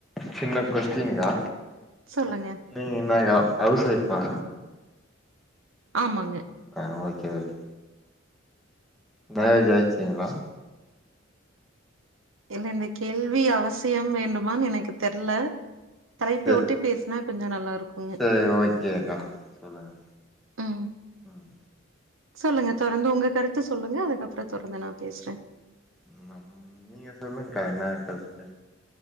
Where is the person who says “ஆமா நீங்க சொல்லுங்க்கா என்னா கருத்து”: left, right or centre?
Centre